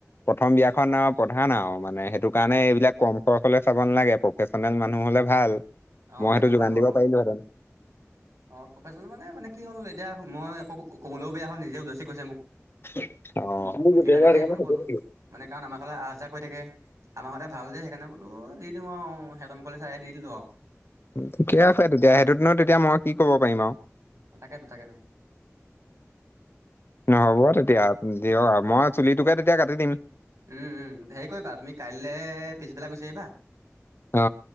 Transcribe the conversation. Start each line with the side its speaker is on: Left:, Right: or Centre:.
Left: প্ৰথম বিয়াখন আৰু প্ৰধান আৰু মানে সেইটো কাৰণে এইবিলাক কম খৰচলৈ চাব নালাগে প্ৰফেচনেল মানুহ হ'লে ভাল', মই
Right: অ
Left: সেইটো
Right: হয়
Left: যোগান
Right: বাৰু
Left: দিব
Right: অ
Left: পাৰিলোঁ হেতেন',
Right: অ প্ৰফেচনেল মানে মানে কি হ'ল এতিয়া মই আকৌ ক'বলৈও বেয়া হ'ল নিজে উদ যাসী কৰিছে মোক।
Left: অ
Right: সেইকাৰণেহে
Left: <unintelligible>
Right: কোনো ক'লো মানে কাৰণ আমাৰ ঘৰলে আহ যাহ কৰি থাকে। আমাৰ হঁতে ভাল যে সেইকাৰণে বোলো দিওঁ অ সিহঁত মুখলে চাই দি দিলো আও।
Left: ঠিকে আছে তেতিয়া সেইটোতনো তেতিয়া মই কি ক'ব পাৰিম আও।
Right: তাকেতো তাকেতো
Left: নহব তেতিয়া দিয়ক আৰু মই চুলিটোকে তেতিয়া কাটি দিম।
Right: উম উম হেৰি কৰিবা তুমি কাইলে পিছবেলা গুচি আহিবা।
Left: অ।